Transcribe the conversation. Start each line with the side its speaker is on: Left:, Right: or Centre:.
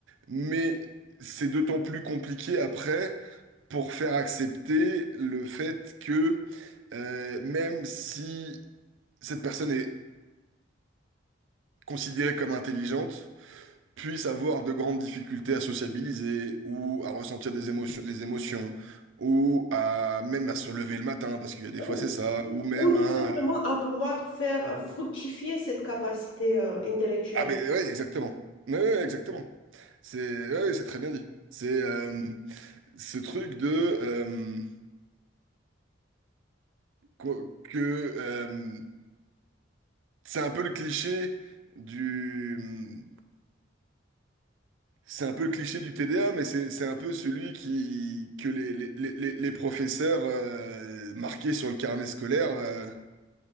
Right: mais c'est d'autant plus compliqué après pour faire accepter le fait que euh, même si cette personne est considérée comme intelligente puisse avoir de grandes difficultés à sociabiliser ou à ressentir des émotions, les émotions ou à même à se lever le matin parce qu'il y a des
Left: Ou,
Right: fois c'est ça ou même
Left: ou tout
Right: à...
Left: simplement
Right: euh,
Left: à pouvoir faire fructifier cette capacité euh, intellectuelle.
Right: Ah ben ouais exactement. Ouais, ouais, exactement. C'est ouais, ouais, c'est très bien dit. C'est euh, ce truc de euh, qu'o- que euh, c'est un peu le cliché du C'est un peu le cliché du TDA, mais c'est c'est un peu celui qui que les, les, les, les- les professeurs euh, marqués sur le carnet scolaire euh,